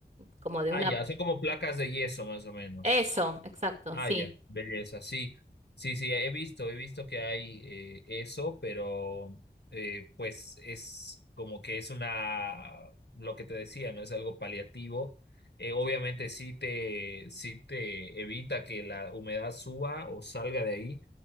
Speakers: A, on the right; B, on the left.
A: como de
B: ah,
A: una...
B: ya, son como placas de yeso más o menos.
A: Eso, exacto,
B: Ah,
A: sí.
B: ya, belleza, sí, sí, sí, he visto, he visto que hay eh, eso, pero eh, pues es como que es una, lo que te decía, ¿no? Es algo paliativo. Eh, obviamente sí te, sí te evita que la humedad suba o salga de ahí,